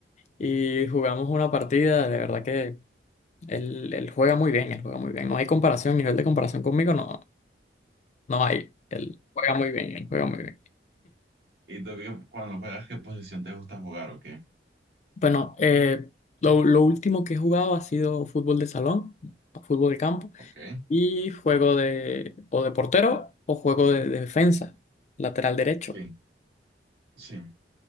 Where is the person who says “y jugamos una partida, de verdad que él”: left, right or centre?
Left